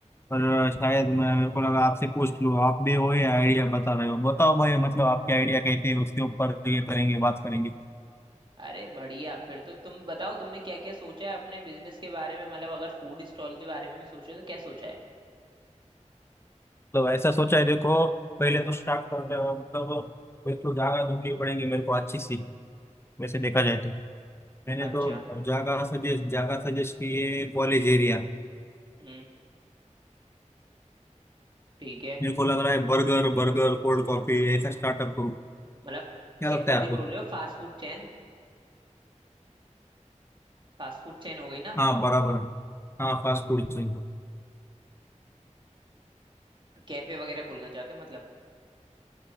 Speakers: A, on the left; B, on the right.
A: पर शायद मैं मेरे को लगा आपसे पूछ लूँ आप भी वही आइडिया बता रहे हो बताओ भाई मतलब आपके आइडिया कैसे है उसके ऊपर ये करेंगे बात करेंगे
B: अरे बढ़िया फिर तो तुम बताओ तुमने क्या क्या सोचा है अपने बिजनेस के बारे में मतलब अगर फूड स्टॉल के बारे में भी सोचे तो क्या सोचा है
A: तो ऐसा सोचा है देखो पहले तो स्टार्ट कर रहे हो मतलब एक तो जगह ढूंढनी पड़ेगी मेरे को अच्छी सी वैसे देखा जाए तो मैंने
B: अच्छा
A: तो जगह सजेस्ट जगह सजेस्ट की है कॉलेज एरिया
B: हम्म ठीक है
A: मेरे को लग रहा है बर्गर बर्गर कोल्ड कॉफी ऐसा स्टार्टअप करूँ
B: मतलब
A: क्या
B: सिंपल
A: लगता है
B: सी
A: आपको
B: बोल रहे हो fast food chain Fast food chain हो गई ना
A: हाँ बराबर है हाँ फास्ट फूड चेन को
B: कैफे वगैरह खोलना चाहते हो मतलब